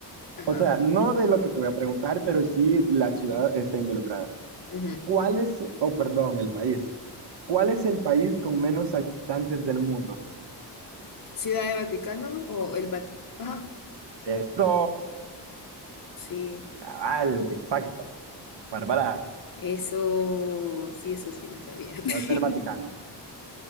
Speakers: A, on the left; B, on the right.
A: Ajá.
B: O sea, no de lo que te voy a preguntar, pero sí la ciudad está involucrada.
A: ujú.
B: ¿Cuál es, oh, perdón, el país? ¿Cuál es el país con menos habitantes del mundo?
A: Ciudad de Vaticano o el Vaticano. Ajá.
B: Esto,
A: Sí.
B: cabal, exacto. Bárbara,
A: Eso, sí, eso sí la sabía. <laughs>
B: Ciudad del Vaticano.